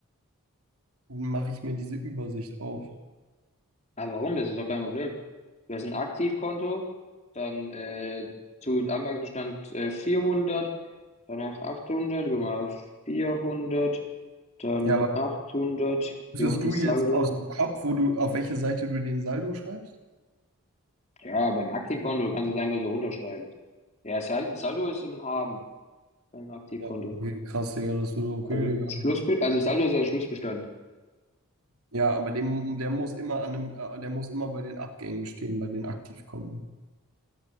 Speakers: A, on the right; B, on the left.
A: und mache ich mir diese Übersicht auf.
B: Aber warum? Das ist doch kein Problem. Du hast ein Aktivkonto, dann äh, zu Anfangsbestand äh, 400, danach 800, guck mal 400, dann
A: Ja, aber
B: 800
A: wüsstest
B: hier unten
A: du
B: Saldo.
A: jetzt aus dem Kopf, wo du, auf welche Seite du den Saldo schreibst?
B: Ja, beim Aktivkonto kannst du es einfach so runterschreiben. Ja, Sal Saldo ist im Haben beim Aktivkonto.
A: Ja, okay, krass, Digga, das wird okay,
B: Also
A: Digga.
B: Schluss, also Saldo ist ja Schlussbestand.
A: Ja, aber dem, der muss immer an dem, äh, der muss immer bei den Abgängen stehen, bei den Aktivkonten.